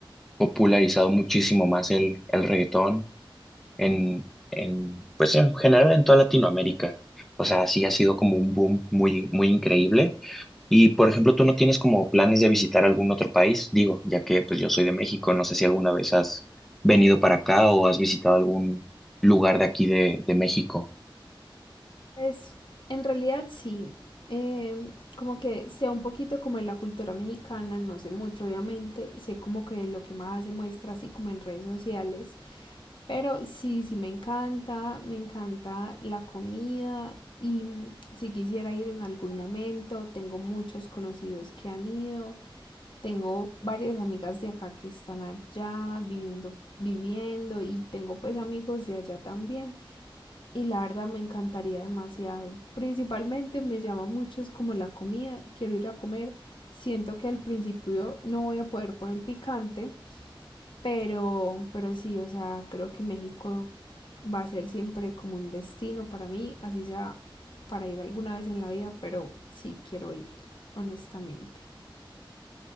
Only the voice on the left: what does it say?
Pues en realidad sí, eh, como que sea un poquito como en la cultura mexicana, no sé mucho obviamente, sé como que lo que más se muestra así como en redes sociales, pero sí, sí me encanta, me encanta la comida y mm, si quisiera ir en algún momento, tengo muchos conocidos que han ido Tengo varias amigas de acá que están allá viviendo, viviendo y tengo pues amigos de allá también. Y la verdad me encantaría demasiado. Principalmente me llama mucho es como la comida. Quiero ir a comer. Siento que al principio no voy a poder por el picante, pero, pero sí, o sea, creo que México va a ser siempre como un destino para mí, así sea para ir alguna vez en la vida, pero sí quiero ir, honestamente.